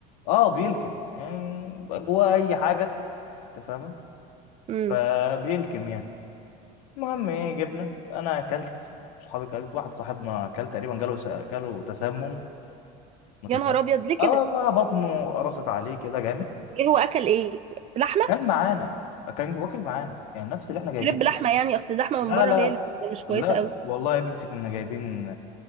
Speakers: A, on the left; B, on the right.
A: اه بيلكم يعني جواه اي حاجه انت فاهمه
B: امم
A: فبيلكم يعني المهم ايه جبنا انا اكلت صحابي اكلت واحد صاحبنا اكل تقريبا جاله س- جاله تسمم ما
B: يا
A: تفهم
B: نهار ابيض ليه كده
A: اه والله بطنه قرصت عليه كده جامد
B: ايه هو اكل ايه لحمه
A: كان معانا كان واكل معانا يعني نفس اللي احنا جايبين
B: كريب لحمه يعني اصل اللحمه
A: لا
B: من بره
A: لا
B: هي اللي بتبقى مش كويسه
A: لا
B: قوي
A: والله يا بنتي كنا جايبين